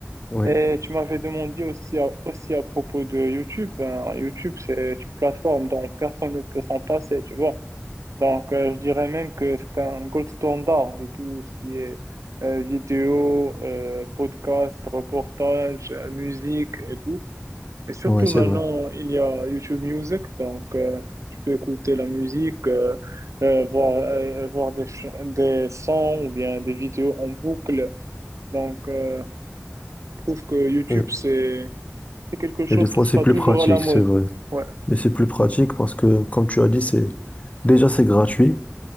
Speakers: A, on the left; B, on the right.
A: Oui,
B: Et tu m'avais demandé aussi à, aussi à propos de YouTube. Ben, YouTube, c'est une plateforme dont personne ne peut s'en passer, tu vois. Donc, euh, je dirais même que c'est un gold standard de tout ce qui est euh, vidéo, euh, podcast, reportage, euh, musique et tout. Et surtout
A: oui, c'est
B: maintenant,
A: vrai.
B: il y a YouTube Music, donc euh, tu peux écouter la musique, euh, euh, voir, euh, voir des, ch- des sons ou bien des vidéos en boucle. Donc, euh, je trouve que YouTube,
A: Et,
B: c'est c'est quelque chose
A: et des fois,
B: qui sera
A: c'est plus
B: toujours
A: pratique,
B: à la mode.
A: c'est vrai.
B: Ouais.
A: Et c'est plus pratique parce que, comme tu as dit, c'est, déjà, c'est gratuit.